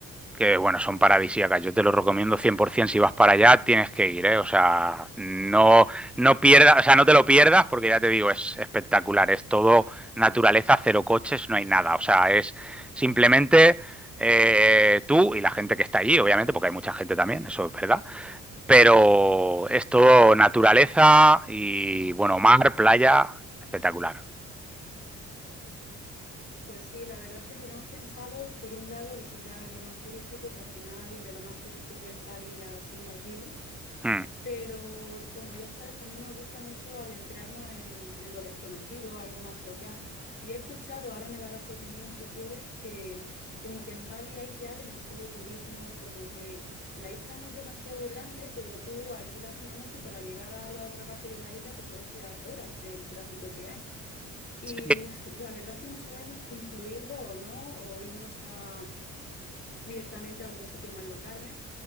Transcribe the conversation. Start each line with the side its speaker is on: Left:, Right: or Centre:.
Centre: que bueno, son paradisíacas. Yo te lo recomiendo 100%. Si vas para allá, tienes que ir, ¿eh? O sea, no, no pierdas, o sea, no te lo pierdas porque ya te digo, es espectacular. Es todo naturaleza, cero coches, no hay nada. O sea, es simplemente eh, tú y la gente que está allí, obviamente, porque hay mucha gente también, eso es verdad. Pero es todo naturaleza y, bueno, mar, playa, espectacular.
Left: Pues sí, la verdad es que teníamos pensado, por un lado, visitar lo más turístico, que al final de lo más turístico es Bali y las Islas Gili,
Centre: Mm.
Left: pero como ya sabes, también nos gusta mucho adentrarnos en, en lo desconocido, algo más local. Y he escuchado, ahora me darás tu opinión si quieres, que como que en Bali hay ya demasiado turismo, como que la isla no es demasiado grande, pero tú alquilas una moto y para llegar a la otra parte de la isla te puedes tirar horas del tráfico que hay. Y
Centre: Sí,
Left: pf, la verdad es que no sabemos si incluirlo o no, o irnos a, directamente a otros sitios más locales,